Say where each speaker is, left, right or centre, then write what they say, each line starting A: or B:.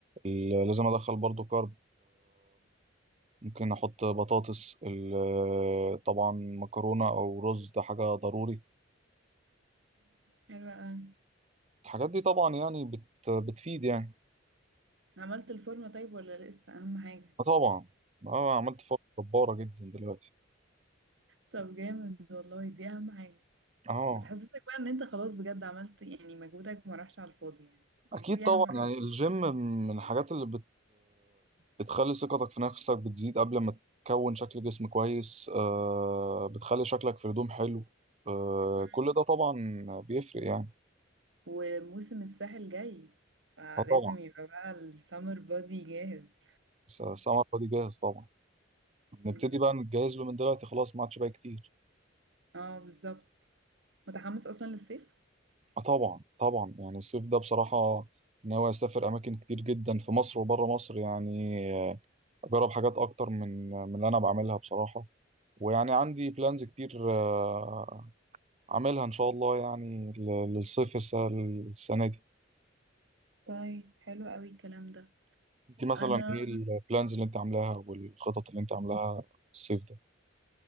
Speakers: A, on the right; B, on the right.
A: ال- لازم أدخل برضو كارب ممكن احط بطاطس ال- آه، طبعا مكرونه او رز ده حاجه ضروري
B: حلوة اوي
A: الحاجات دي طبعا يعني بت بتفيد يعني
B: عملت الفورمة طيب ولا لسه اهم حاجة
A: آه طبعا اه عملت فرق جباره جدا دلوقتي
B: طب جامد والله دي اهم حاجة
A: اه
B: بتحسسك بقى ان انت خلاص بجد عملت يعني مجهودك ما راحش على الفاضي يعني
A: اكيد
B: دي دي
A: طبعا
B: اهم
A: يعني
B: حاجة
A: الجيم من الحاجات اللي بت بتخلي ثقتك في نفسك بتزيد قبل ما تكون شكل جسم كويس آه بتخلي شكلك في هدوم حلو آه
B: مم.
A: كل ده طبعا بيفرق يعني
B: وموسم الساحل جاي فلازم
A: اه طبعا
B: يبقى بقى السمر بادي جاهز
A: س- سمر فادي جاهز طبعا نبتدي
B: امم
A: بقى نتجهز له من دلوقتي خلاص ما عادش بقى كتير
B: اه بالظبط متحمس اصلا للصيف
A: آه طبعا طبعا يعني الصيف ده بصراحة ناوي أسافر أماكن كتير جدا في مصر وبره مصر يعني آه، أجرب حاجات أكتر من من اللي أنا بعملها بصراحة ويعني عندي بلانز كتير آه، أعملها إن شاء الله يعني ل- للصيف الس- السنة دي
B: طيب حلو قوي الكلام ده
A: أنت مثلا
B: انا
A: إيه البلانز اللي أنت عاملاها والخطط اللي أنت عاملاها الصيف ده؟